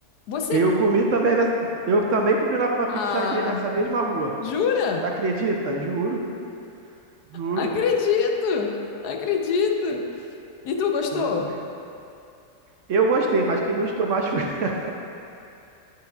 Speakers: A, on the left; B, on the right.
A: Você.
B: Eu comi também nessa... Eu também comi na, na
A: Ah,
B: pizzaria nessa mesma rua.
A: jura?
B: Tu acredita? Juro, juro,
A: Acredito! Acredito! E tu gostou?
B: juro. Eu gostei, mas quem gostou mais foi. <laughs>